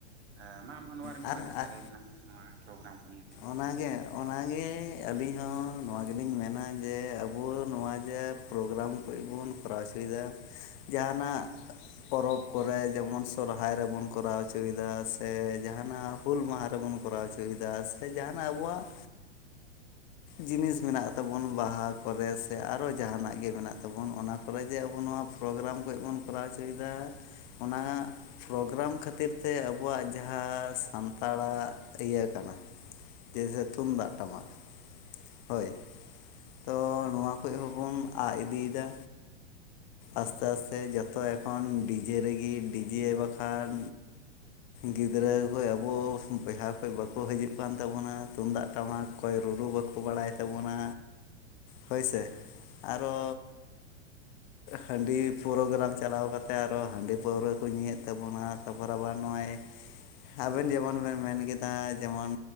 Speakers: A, on the right; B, on the left.
A: ᱦᱮᱸ ᱢᱟ ᱟᱢᱦᱚᱸ ᱱᱚᱣᱟ ᱨᱮ ᱢᱤᱫ
B: ᱟᱨ
A: ᱵᱟᱨ ᱠᱟᱛᱷᱟ ᱞᱟᱹᱭ ᱛᱟᱞᱟᱝ ᱢᱮ ᱱᱚᱣᱟ ᱯᱨᱳᱜᱨᱟᱢ ᱠᱚ ᱱᱤᱭᱮᱛᱮᱼᱼ
B: ᱚᱱᱟᱜᱮ ᱚᱱᱟᱜᱮ ᱟᱹᱞᱤᱧ ᱦᱚᱸ ᱱᱚᱣᱟ ᱜᱮᱞᱤᱧ ᱢᱮᱱᱟ ᱡᱮ ᱟᱵᱚ ᱱᱚᱣᱟ ᱡᱮᱼᱼ ᱯᱨᱳᱜᱨᱟᱢ ᱠᱚᱡ ᱵᱚᱱ ᱠᱚᱨᱟᱣ ᱦᱚᱪᱚᱭᱮᱫᱟ, ᱡᱟᱦᱟᱸᱱᱟᱜᱼᱼ ᱯᱚᱨᱚᱵᱽ ᱠᱚᱨᱮ ᱡᱮᱢᱚᱱ ᱥᱚᱨᱦᱟᱭ ᱨᱮᱵᱚᱱ ᱠᱚᱨᱟᱣ ᱚᱪᱚᱭᱮᱫᱟ ᱥᱮ ᱡᱟᱦᱟᱸᱱᱟᱜᱼᱼ ᱦᱩᱞ ᱢᱟᱦᱟ ᱨᱮᱵᱚᱱ ᱠᱚᱨᱟᱣ ᱦᱚᱪᱚᱭᱮᱫᱟ, ᱥᱮ ᱡᱟᱦᱟᱸᱱᱟᱜ ᱟᱵᱚᱣᱟᱜᱼᱼ ᱡᱤᱱᱤᱥ ᱢᱮᱱᱟᱜ ᱛᱟᱵᱚᱱ ᱵᱟᱦᱟ ᱠᱚᱨᱮ ᱥᱮ ᱟᱨᱚ ᱡᱟᱦᱟᱱᱟᱜ ᱜᱮ ᱢᱮᱱᱟᱜ ᱛᱟᱵᱚᱱ ᱚᱱᱟᱼᱼ ᱛᱚᱵᱮ ᱡᱮ ᱟᱵᱚ ᱱᱚᱣᱟ ᱯᱨᱳᱜᱨᱟᱢ ᱠᱚ ᱵᱚᱱ ᱠᱚᱨᱟᱣ ᱦᱚᱪᱚ ᱮᱫᱟ ᱚᱱᱟᱼᱼ ᱯᱨᱳᱜᱨᱟᱢ ᱠᱷᱟᱹᱛᱤᱨ ᱛᱮ ᱟᱵᱚᱣᱟᱜ ᱡᱟᱦᱟᱸ ᱥᱟᱱᱛᱟᱲᱟᱜ ᱤᱭᱟᱹ ᱠᱟᱱᱟ᱾ ᱡᱮᱦᱮ ᱛᱩ ᱛᱩᱢᱫᱟᱜ ᱴᱟᱢᱟᱠ, ᱦᱳᱭ ᱛᱚ ᱱᱚᱣᱟ ᱠᱚᱡ ᱦᱚᱸᱵᱚᱱ ᱟᱜ ᱤᱫᱤᱭᱮᱫᱟ᱾ ᱟᱥᱛᱮ ᱟᱥᱛᱮ ᱡᱚᱛᱚ ᱮᱠᱷᱚᱱ ᱰᱤᱡᱮ ᱨᱮᱜᱮ ᱰᱤᱡᱮ ᱵᱟᱠᱷᱟᱱᱼᱼ ᱜᱤᱫᱽᱨᱟᱹ ᱠᱷ ᱟᱵᱚ ᱵᱚᱭᱦᱟ ᱠᱷᱚᱡ ᱵᱟᱠᱚ ᱦᱤᱡᱩᱜ ᱠᱟᱱ ᱛᱟᱵᱚᱱᱟ ᱛᱩᱢᱫᱟᱜ ᱴᱟᱢᱟᱠᱼᱼ ᱚᱠᱚᱭ ᱨᱩᱼᱨᱩ ᱵᱟᱠᱚ ᱵᱟᱰᱟᱭ ᱛᱟᱵᱚᱱᱟ, ᱦᱳᱭ ᱥᱮ ᱟᱨᱚᱼᱼ ᱦᱟᱺᱰᱤ ᱯᱨᱳᱜᱽᱨᱟᱢ ᱪᱟᱞᱟᱣ ᱠᱟᱛᱮᱫ ᱟᱨᱚ ᱦᱟᱺᱰᱤ ᱯᱟᱹᱣᱨᱟᱹ ᱠᱚ ᱧᱩᱭᱮᱫ ᱛᱟᱵᱚᱱᱟ, ᱛᱟ ᱯᱚᱨᱮᱵᱟᱨ ᱱᱚᱜ-ᱚᱭ ᱟᱵᱮᱱ ᱡᱮᱢᱚᱱ ᱵᱮᱱ ᱢᱮᱱ ᱠᱮᱫᱟ ᱡᱮᱢᱚᱱ